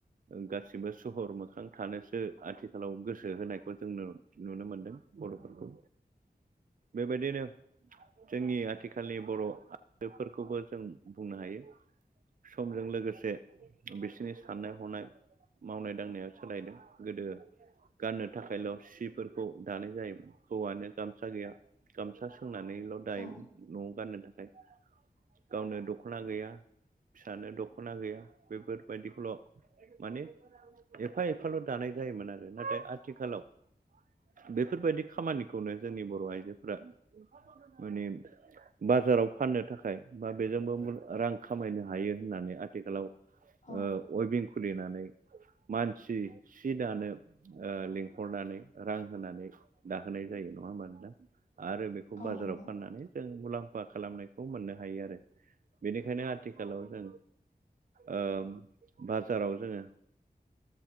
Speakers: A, on the right (about 55°); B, on the left (about 50°).
A: ओ गासिबो सहर मोखां थानोसो आथिखालाव गोसो होनायखौ जोंनो नुनो मोनदों बर'फोरखौ बेबायदिनो जोंनि आथिखालनि बर' आइजोफोरखौबो जों बुंनो हायो समजों लोगोसे बिसिनि साननाय हनाय मावनाय दांनाया सोलायदों गोदो गाननो थाखायल' सिफोरखौ दानाय जायोमोन हौवानो गामसा गैया गामसा सोंनानैल' दायोमोन
B: औ
A: ‌। न'आव गाननो थाखाय गावनो दख'ना गैया फिसानो दख'ना गैया बेफोरबायदिखौल' माने एफा एफाल' दानाय जायोमोन आरो नाथाय आथिखालाव बेफोरबायदि खामानिखौनो जोंनि बर' आइजोफोरा माने बाजाराव फाननो थाखाय बा बेजोंबो रां खामायनो हायो होननानै आथिखालाव
B: औ
A: ओ उइफिं खुलिनानै मानसि सि दानो ओ लिंहरनानै रां होनानै दाहोनाय जायो नङा होमबा नोंथां आरो बे खौ
B: औ
A: बाजाराव
B: नंगौ
A: फाननानै जों मुलाम्फा खालामनायखौ मोननो हायो आरो बेनिखायनो आथिखालाव जों ओ बाजाराव जोङो